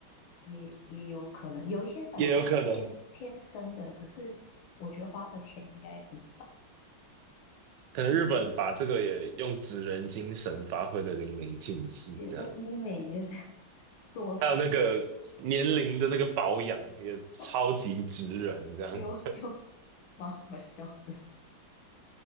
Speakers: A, on the left; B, on the right.
A: 也也有可能有一些本来就是天天生的，
B: 也有可能，
A: 可是我觉得花的钱应该也不少。
B: 可能日本把这个也用职人精神发挥的淋漓尽致，
A: 比如说医美就是
B: 这样。
A: <laughs> 做的，
B: 还有那个年龄的那个保养也超级直人，
A: <laughs>
B: 这样，
A: 有有蛮好笑的。